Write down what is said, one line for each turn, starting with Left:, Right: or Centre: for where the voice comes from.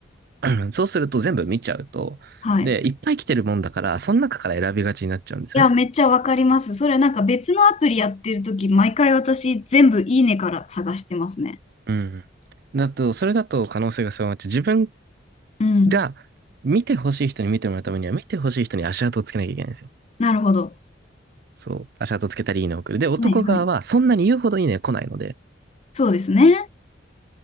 Right: <clears throat> そうすると全部見ちゃうと、
Left: はい。
Right: で、いっぱい来てるもんだから、その中から選びがちになっちゃうんですよね。
Left: いや、めっちゃわかります。それなんか別のアプリやってるとき、毎回私全部いいねから探してますね。
Right: うん。だと、それだと可能性が狭まっちゃう。自分
Left: うん。
Right: が見てほしい人に見てもらうためには、見てほしい人に足跡をつけなきゃいけないんですよ。
Left: なるほど。
Right: そう。足跡つけたりいいねを送る。で、男側はそんなに言うほどいいね来ないので。
Left: はいはい。そうですね。